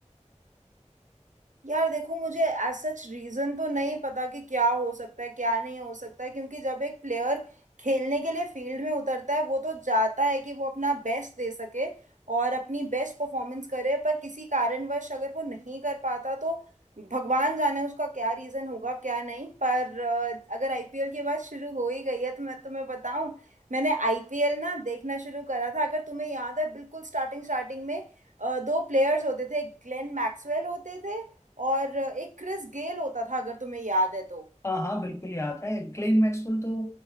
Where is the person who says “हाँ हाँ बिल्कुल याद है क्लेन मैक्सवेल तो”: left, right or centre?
Left